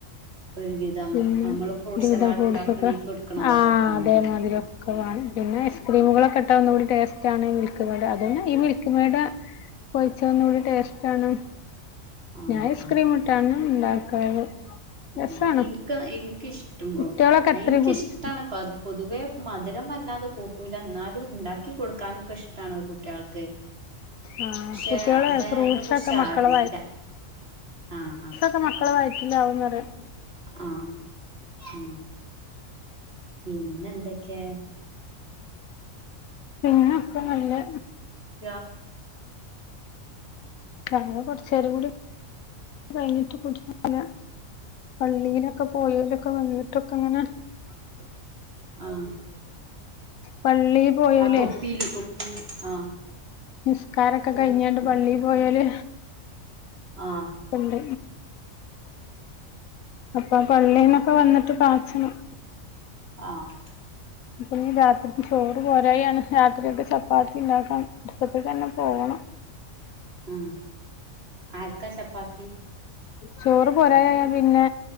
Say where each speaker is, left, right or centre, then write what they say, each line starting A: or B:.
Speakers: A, on the right; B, on the left.
A: ഒരു പീസ് തം
B: പിന്നെ
A: നമ്മള് ഫ്രൂട്ട്
B: ഒരുവിധം
A: സെലാഡ്
B: ഫ്രൂട്ട്സ്
A: ഉണ്ടാക്കണീ
B: ഒക്കെ
A: ക്ക്ടുക്കണ അതൊക്കെടുത്താൽ
B: ആ അതേമാതിരി
A: മതില്ലേ
B: ഒക്കെ പിന്നെ ഐസ്ക്രീമുകളൊക്കെ ഇട്ടാ ഒന്നുകൂടി ടേസ്റ്റാണ് മിൽക്ക് മെയിഡ് അത് തന്നെ ഈ മിൽക്ക് മെയിഡ് ഒഴിച്ചാ ഒന്നു കൂടി ടേസ്റ്റ ആണ്
A: ആഹ്
B: ഞാൻ ഐസ്ക്രീം
A: ആഹ്
B: ഇട്ടാണ് ഉണ്ടാക്കാറ് രസാണ്
A: ആഹ് എനിക്ക് എനിക്കിഷ്ടമാ
B: കുട്ടികളൊക്കെ
A: ഞാൻ
B: എത്രയും
A: എനിക്കിഷ്ടാണ്
B: കുടിച്ചും
A: പ പൊതുവെ മധുരം വല്ലാതെ കൂട്ടൂല എന്നാലും ഉണ്ടാക്കി കൊടുക്കാനൊക്കെ ഇഷ്ടണ് കുട്ടികൾക്ക്
B: ആ
A: പക്ഷെ
B: കുട്ടികളെ
A: അത്
B: ഫ്രൂട്ട്സ്
A: അതിനെ കുറിച്ച്
B: ഒക്കെ മക്കളെ
A: അറിയില്ല ആഹ് ആഹ്
B: ഒക്കമക്കളെ വയിറ്റില്ലാവുന്നറിയാം
A: ആഹ് ഉം പിന്നെ എന്തൊക്കെ
B: പിന്നെ ഒക്കം നല്ലേ
A: ജ
B: ചായ കുറച്ചേരം കൂടി കഴിഞ്ഞിട്ട് കൊടുത്ത <unintelligible> പള്ളിയിലൊക്കെ പോയ വരൊക്കെ വന്നിട്ടൊക്കങ്ങനെ
A: <unintelligible> ആഹ്
B: പള്ളി പോയോലേ
A: ആഹ് തൊപ്പില് തൊപ്പില് ആഹ്
B: നിസ്കാരക്കെ
A: തൊപ്പി
B: കഴിഞ്ഞാണ്ട് പള്ളിൽ പോയോല്
A: ആഹ്
B: ണ്ട് അപ്പ പള്ളിന്നൊ ഒക്കെ വന്നിട്ട് പാച്ചണം
A: ആഹ്
B: ഇപ്പന്നീ രാത്രി ചോറ് പോരായാണ് രാത്രിക്കെ ചപ്പാത്തി ഉണ്ടാക്കൻ അടുപ്പത്തേക്ക് തന്നെ പോകണം
A: ഉം ആര്ക്കാ ചപ്പാത്തി
B: ചോറ് പോരായ പിന്നെ